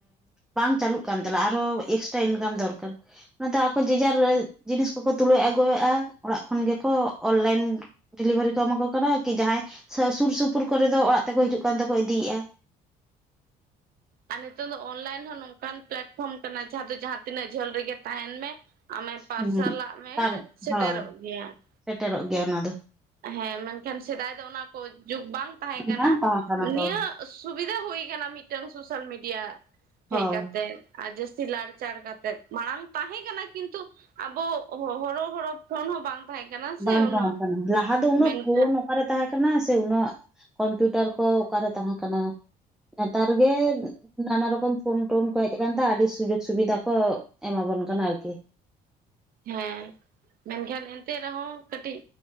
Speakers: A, in the centre; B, on the right.
A: ᱵᱟᱝ ᱪᱟᱞᱩᱜ ᱠᱟᱱ ᱛᱟᱞᱮ ᱟᱨᱦᱚᱸ ᱮᱠᱥᱴᱨᱟ ᱤᱱᱠᱟᱢ ᱫᱚᱨᱠᱟᱨ ᱾ ᱚᱱᱟᱛᱮ ᱟᱠᱚ ᱡᱮᱡᱟᱨ ᱡᱤᱱᱤᱥ ᱠᱚᱠᱚ ᱛᱩᱞᱟᱹᱣ ᱟᱹᱜᱩᱭᱮᱫᱼᱟ ᱚᱲᱟᱜ ᱠᱷᱚᱱ ᱜᱮᱠᱚ ᱚᱱᱞᱟᱭᱤᱱ ᱰᱮᱞᱤᱵᱷᱟᱨᱤ ᱠᱚ ᱮᱢᱟ ᱠᱚ ᱠᱟᱱᱟ ᱠᱤ ᱡᱟᱦᱟᱸᱭ ᱥᱩᱨ ᱥᱩᱯᱩᱨ ᱠᱚᱨᱮ ᱫᱚ ᱚᱲᱟᱜ ᱛᱮᱠᱚ ᱦᱤᱡᱩᱜ ᱠᱟᱱ ᱛᱮᱠᱚ ᱤᱫᱤᱭᱮᱫᱼᱟ ᱾ <inaudible>
B: ᱟᱨ ᱱᱤᱛᱚᱝ ᱫᱚ ᱚᱱᱞᱟᱭᱤᱱ ᱦᱚᱸ ᱱᱚᱝᱠᱟᱱ ᱯᱞᱟᱴᱯᱷᱚᱨᱚᱢ ᱠᱟᱱᱟ ᱡᱟᱦᱟᱸ ᱫᱚ ᱡᱟᱦᱟ ᱛᱤᱱᱟᱹᱜ ᱡᱷᱟᱹᱞ ᱨᱮᱜᱮ ᱛᱟᱦᱮᱱ ᱢᱮ ᱟᱢᱮ ᱯᱟᱨᱥᱟᱞᱟᱜ
A: ᱦᱩᱸ
B: ᱢᱮᱭᱟ
A: ᱟᱨ
B: ᱥᱮᱴᱮᱨᱚᱜ
A: ᱦᱳᱭ
B: ᱜᱮᱭᱟ ᱾
A: ᱥᱮᱴᱮᱨᱚᱜ ᱜᱮᱭᱟ ᱚᱱᱟ ᱫᱚ ᱾
B: ᱦᱮᱸ ᱢᱮᱱᱠᱷᱟᱱ ᱥᱮᱫᱟᱭ ᱫᱚ ᱚᱱᱟ ᱠᱚ ᱡᱩᱜᱽ ᱵᱟᱝ ᱛᱟᱦᱮᱸ ᱠᱟᱱᱟ
A: ᱵᱟᱝ ᱛᱟᱦᱮᱸ ᱠᱟᱱᱟ
B: ᱱᱤᱭᱟᱹ
A: ᱛᱚ
B: ᱥᱩᱵᱤᱫᱷᱟ ᱦᱩᱭ ᱠᱟᱱᱟ ᱢᱤᱫᱴᱟᱝ ᱥᱳᱥᱟᱞ ᱢᱤᱰᱤᱭᱟ
A: ᱦᱳᱭ
B: ᱦᱮᱡ ᱠᱟᱛᱮᱜ ᱾ ᱟᱨ ᱡᱟᱥᱛᱤ ᱞᱟᱲᱪᱟᱨ ᱠᱟᱛᱮᱫ ᱢᱟᱲᱟᱝ ᱛᱟᱦᱮᱸ ᱠᱟᱱᱟ ᱠᱤᱱᱛᱩ ᱟᱵᱚ ᱦᱚᱲᱚ ᱦᱚᱲᱚ ᱯᱷᱚᱱ ᱦᱚᱸ ᱵᱟᱝ ᱛᱟᱦᱮᱸ ᱠᱟᱱᱟ ᱥᱮ
A: ᱵᱟᱝ
B: ᱩᱱᱟᱹᱜ
A: ᱛᱟᱦᱮ ᱠᱟᱱᱟ ᱞᱟᱦᱟ ᱟᱫᱚ ᱩᱱᱟᱹᱜ
B: ᱢᱮᱱᱠᱷᱟᱱ
A: ᱯᱷᱳᱱ ᱚᱠᱟᱨᱮ ᱛᱟᱦᱮᱸ ᱠᱟᱱᱟ ᱥᱮ ᱩᱱᱟᱹᱜ ᱠᱚᱢᱯᱤᱭᱩᱴᱟᱨ ᱠᱚ ᱚᱠᱟᱨᱮ ᱛᱟᱦᱮᱸ ᱠᱟᱱᱟ ᱾ ᱱᱮᱛᱟᱨ ᱜᱮ ᱱᱟᱱᱟ ᱨᱚᱠᱚᱢ ᱯᱷᱳᱱ ᱴᱳᱱ ᱠᱚ ᱦᱮᱡ ᱠᱟᱱᱛᱮ ᱟᱹᱰᱤ ᱥᱩᱡᱳᱜᱽ ᱥᱩᱵᱤᱫᱷᱟ ᱠᱚ ᱮᱢᱟᱵᱚᱱ ᱠᱟᱱᱟ ᱟᱨᱠᱤ
B: ᱦᱮᱸ ᱢᱮᱱᱠᱷᱟᱱ ᱮᱱᱛᱮ ᱨᱮᱦᱚᱸ ᱠᱟᱹᱴᱤᱡ